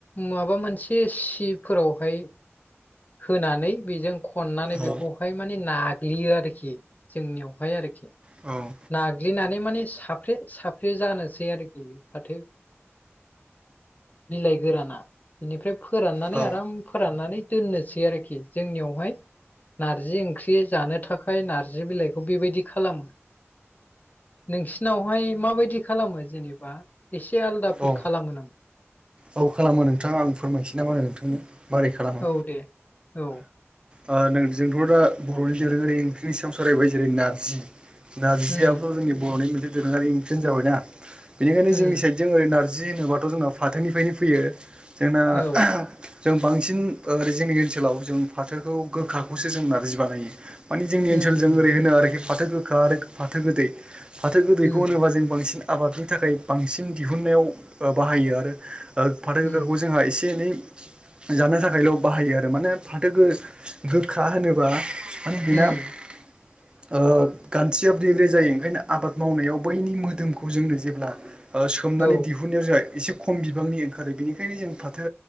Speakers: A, on the left (about 35°); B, on the right (about 20°).
A: माबा मोनसे सिफोरावहाय होनानै बेजों खननानै बेखौहाय
B: औ
A: माने नाग्लियो आरोखि जोंनियावहाय आरोखि।
B: औ।
A: नाग्लिनानै माने साफ्रे साफ्रे जानोसै आरोखि बे फाथो बिलाइ गोराना बेनिफ्राय फोराननानै
B: औ
A: आराम फोराननानै दोननोसै आरोखि जोंनियावहाय नार्जि ओंख्रि जानो थाखाय नार्जि बिलाइखौ बेबायदि खालामो। नोंसिनावहाय माबायदि खालामो जेनेबा एसे आलदाफोर
B: औ
A: खालामो नामा?
B: औ खालामो नोंथां आं फोरमायसै नामा नोंथांनो मारै खालामो?
A: औ दे औ
B: आ ओं जोंथ' दा बर'नि दोरोङारि ओंख्रिनि सायाव सावरायबाय जेरै नारजि, नारजिआबोथ'
A: उम
B: जोंनि बर'नि मोनसे दोरोङारि ओंख्रि जाबायना बेनिखायनो
A: उम
B: जोंनि साइडजों ओरै नारजि नारजि होनोबाथ' जोंना फाथोनिफ्रायनो फैयो जोंना
A: औ
B: जों बांसिन ओरै जोंनि ओनसोलाव जों फाथोखौ गोखाखौसो जों नारजि बानायो। माने जोंनि
A: उम
B: ओनसोलजों ओरै होनो आरोखि फाथो गोखा आरो फाथो गोदै। फाथो गोदैखौ
A: उम
B: होनोबा जों बांसिन आबादनि थाखाय बांसिन दिहुननायाव बाहायो आरो। फाथो
A: उम
B: गोखाखौ जोंहा एसे एनै जानो थाखायल' बाहायो आरो माने फाथो गो-गोख्खा होनोबा माने बिना
A: उम
B: ओ गान्थिया ब्रे ब्रे जायो ओंखायनो आबाद मावनायाव बैनि मोदोमखौ जोंनो जेब्ला ओ सोमनानै
A: उम औ
B: दिहुनायाव जोंहा एसे खम बिबांनि ओंखारो बेनिखायनो जों फाथो